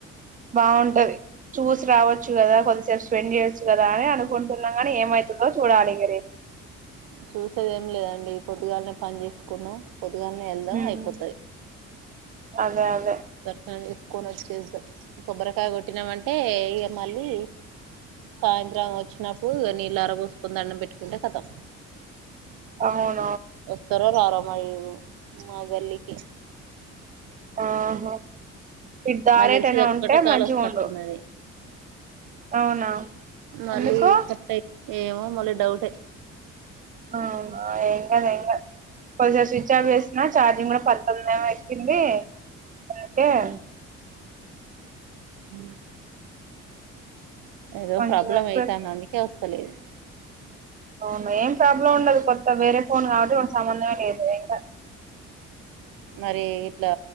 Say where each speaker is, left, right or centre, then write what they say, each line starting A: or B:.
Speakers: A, on the right; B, on the right.
A: బాగుంటది చూసి రావచ్చు గదా కొద్దిసేపు స్పెండ్ జేయొచ్చు గదా అని అనుకుంటున్నాం కాని ఏమయితదో చూడాలి రేపు
B: చూసేదేం లేదండి పొద్దుగాలనే పని జేసుకున్నాం పొద్దుగానే యెళ్దాం
A: హ్మ్
B: అయిపోతది
A: అదే అదే
B: దర్శనం చేసుకొని వచ్చేద్దాం కొబ్బరికాయ కొట్టినామ అంటే ఇగ మళ్ళీ సాయంత్రం వచ్చినప్పుడు నీళ్లర పోసుకొని దండం పెట్టుకుంటే కథం
A: అవును
B: వస్తారో రారో అ మా గల్లికి
A: ఆహా ఇ దారేటనా
B: నాకు తెలిసి ఇది ఒక్కటే
A: ఉంటే
B: కాల్
A: మంచిగా
B: వస్తట్టున్నది
A: ఉండు అవునా
B: మళ్ళీ
A: ఎందుకు
B: కట్ అయి ఏమో మళ్ళీ డౌట్
A: ఆ ఎం కాదు ఏం కాదు కొద్దిసేపు స్విచ్ ఆఫ్ చేసిన ఛార్జింగ్ కూడా పద్దొమ్మిది ఏమో ఎక్కింది <inaudible>
B: అ ఏదో
A: కొంచెం
B: ప్రాబ్లం
A: ఎక్కువ
B: అయితాంది అందుకే వస్తలేదు
A: అవునా ఏం ప్రాబ్లం ఉండదు కొత్త వేరే ఫోన్ కాబట్టి కొంత సంబంధమే లేదు ఇంకా
B: మరి ఇట్లా